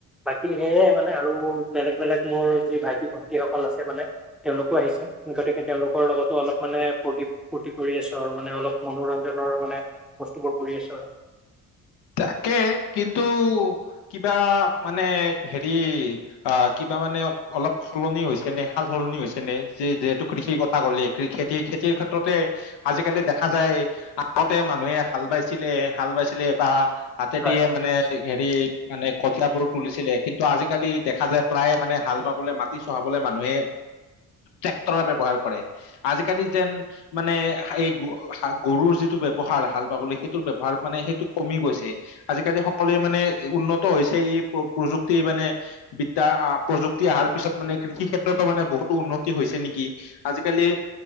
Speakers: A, in the centre; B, on the left.
A: বাকী সেয়াই মানে আৰু বেলেগ বেলেগ মোৰ যি ভাইটি ভন্টিসকল আছে মানে, তেওঁলোকো আহিছে, গতিকে তেওঁলোকৰ লগতো অলপ ফূৰ্তি ফূৰ্তি কৰি আছো আৰু, মানে অলপ মনোৰঞ্জনৰ মানে বস্তুবোৰ কৰি আছো আৰু।
B: তাকে কিন্তু কিবা মানে হেৰি, আহ কিবা মানে অলপ সলনি হৈছে নে? সাল সলনি হৈছে নে? যিহেতু কৃষিত আগৰ লেখীয়াকৈ খেতিৰ? খেতিৰ ক্ষেত্ৰতে আজিকালি দেখা যায় আগতে মানুহে হাল বাইছিলে, হাল বাইছিলে বা হাতে
A: হয়
B: দিয়ে মানে হেৰি মানে কঠিয়াবোৰ তুলিছিলে, কিন্তু আজিকালি দেখা যায় প্ৰায়ে মানে হাল বাবলৈ মাটি চহাবলৈ মানুহে ট্ৰেক্টৰৰ ব্যৱহাৰ কৰে। আজিকালি যেন মানে এই গৰুৰ যিটো ব্যৱহাৰ হাল পাবলৈ সেইটো ব্যৱহাৰ মানে সেইটো কমি গৈছে। আজিকালি সকলোৱে মানে উন্নত হৈছে এই প্ৰযুক্তি মানে বিদ্যা প্ৰযুক্তি অহাৰ পিছত মানে কৃষি ক্ষেত্ৰতো মানে বহুতো উন্নতি হৈছে নেকি? আজিকালি